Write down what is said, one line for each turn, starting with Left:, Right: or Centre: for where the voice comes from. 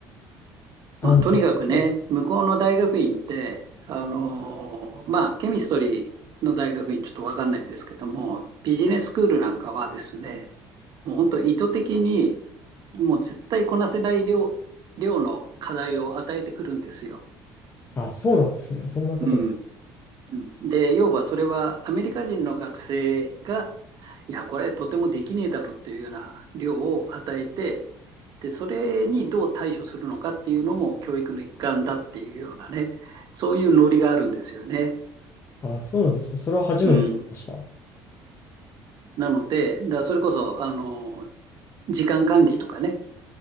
Left: あの、
Right: まあ、とにかくね、
Left: そうです
Right: 向こうの大学院って、
Left: ね。
Right: あのまあ、ケミストリーの大学院ちょっとわかんないですけども、ビジネススクールなんかはですね、もう本当意図的に、もう絶対こなせない量、量の課題を与えてくるんですよ。
Left: あ、そうなんですね。そんなことが。
Right: うん。うん、で、要はそれはアメリカ人の学生が、いや、これとてもできねえだろっていうような量を与えて、で、それにどう対処するのかっていうのも教育の一環だっていうようなね、そういうノリがあるんですよね。
Left: あ、そうなんですね。それは初めて聞きました。
Right: うん。なので、だからそれこそ、あの、時間管理とかね、